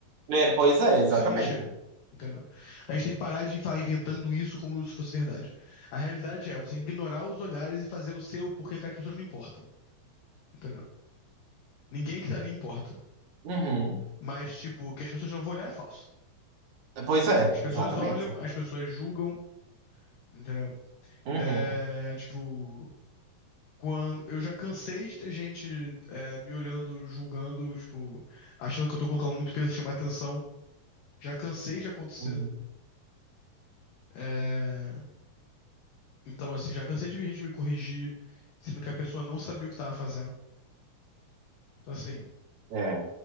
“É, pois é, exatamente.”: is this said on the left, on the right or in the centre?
Right